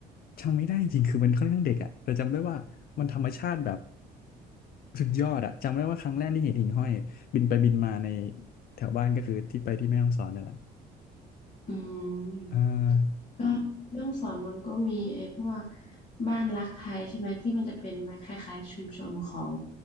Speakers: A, on the left; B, on the left.
A: จำไม่ได้จริงๆคือมันค่อนข้างเด็กอะแต่จำได้ว่ามันธรรมชาติแบบสุดยอดอะจำได้ว่าครั้งแรกที่เห็นหิ่งห้อยบินไปบินมาในแถวบ้านก็คือที่ไปที่แม่ฮ่องสอนนั่นแหละ
B: อืม
A: อ่า
B: ก็เรื่องสอนมันก็มีไอ้พวกบ้านรักไทยใช่ไหมที่มันจะเป็นแบบคล้ายๆชุมชนของ